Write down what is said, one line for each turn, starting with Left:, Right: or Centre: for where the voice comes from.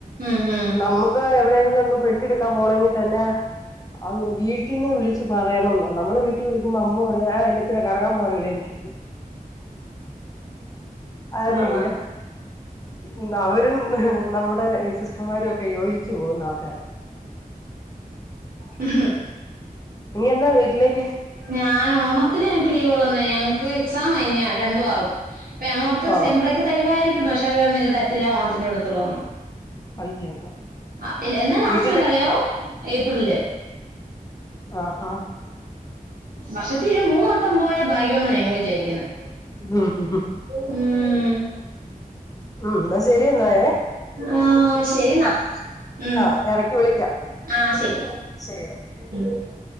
Right: ഉം ഉം
Left: നമ്മു ക്ക്‌ എവിടെയെങ്കിലും ഒന്ന് പ്രിന്റ് എടുക്കാൻ പോണെങ്കിൽ തന്നെ അന്ന് വീട്ടിൽന്ന് വിളിച്ച് ച്ച് പറയണംന്ന് നമ്മള് വീട്ടിൽ വിളിക്കുമ്പോ അമ്മ പറയും ആഹ് അയിന് ത്തിനാ കറങ്ങാൻ പോവാനല്ലേന്ന് ചോയിക്കും ആ
Right: കൊള്ളാം
Left: രീതിയ ഉം അവരും നമ്മുടെ സിസ്റ്റർമാരൊക്കെ യോജിച്ചു പോവുന്ന ആൾക്കാരാ
Right: ഹ് ഹും
Left: ഇനി എന്നാ വീട്ടിലേക്ക്
Right: ഞാൻ ഓണത്തിന് ഞങ്ങക്ക് ലീവൊള്ളൂന്നെ ഞങ്ങക്ക് എക്സാം ആ ഇനി രണ്ടു ആറും അപ്പ ഞങ്ങളോർത്ത്
Left: ആണോ
Right: സെംമ്പ്രേക്ക് തരുവായിരിക്കുന്ന് പക്ഷെ അവര് പറഞ്ഞു ഇല്ല തരത്തില്ല ഓണത്തിനെ വിടുത്തുള്ളോന്ന്
Left: അയ്യോ
Right: ആഹ് എന്നാ ലാസ്റ്റ്
Left: വീട്ടീന്ന്
Right: വരുംന്ന് അറിയോ ഏപ്രില്
Left: ആഹ് ആഹ്
Right: വർഷത്തിലൊരു മൂന്ന് വട്ടം പോയാ ഭാഗ്യന്നാ ഞങ്ങൾ വിചാരിക്കുന്നെ.
Left: ആഹ് ആഹ്
Right: ഉം
Left: ഉം എന്നാ ശരി എന്നായേ
Right: ആഹ് ശെരിന്നാ
Left: ആ
Right: ഉം
Left: ആ ഇടക്ക് വിളിക്കാം
Right: ആഹ് ശരി
Left: ശരിടാ
Right: ഉം